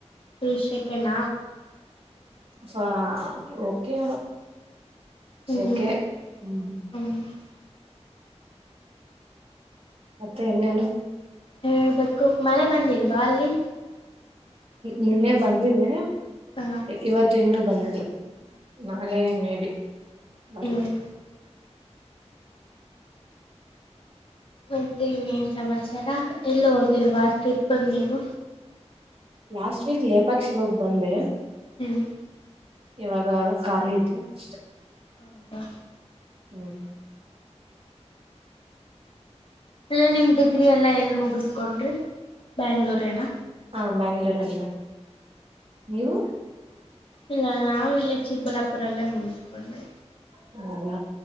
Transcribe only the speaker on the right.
ಹ ಓಕೆ
ಇತ್ಸೋಕ್ಯ ಹ್ಮ
ಮತ್ತೆ ಇನ್ನು ಏನು
ನಿನ್ನೆ ಬಂದಿದೆ
ಇವತ್ತು ಇನ್ನು ಬಂದಿಲ್ಲ ನಾಳೆ ಮೇಬಿ ಬರುತ
ಲಾಸ್ಟ್ ವೀಕ್ ಲೇಪಾಕ್ಷಿಗೆ ಹೋಗಿ ಬಂದ್ವಿ
ಇವಾಗ ಖಾಲಿ ಇದೆ ಅಷ್ಟೆ
ಹ್ಮ್
ಹಾ ಬೆಂಗಳೂರು ನೀವು
ಹ್ಮ ಹ್ಮ